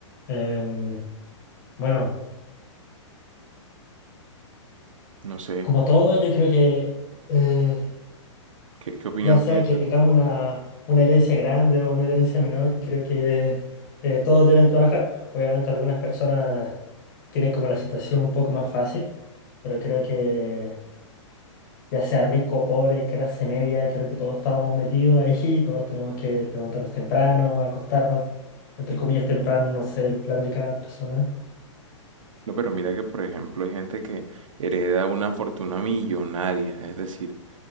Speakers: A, on the left; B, on the right.
A: Em, bueno,
B: No sé,
A: como todo, yo creo que eh,
B: ¿qué, qué opinión
A: Ya sea
B: piensas?
A: que tengamos una, una herencia grande o una herencia menor, creo que eh, todos deben trabajar. Obviamente algunas personas tienen como la situación un poco más fácil, pero creo que ya sea rico, pobre, clase media, creo que todos estamos metidos ahí, <laughs> todos tenemos que levantarnos temprano, acostarnos, entre comillas temprano, no sé el plan de cada persona.
B: No, pero mira que por ejemplo hay gente que hereda una fortuna millonaria, es decir,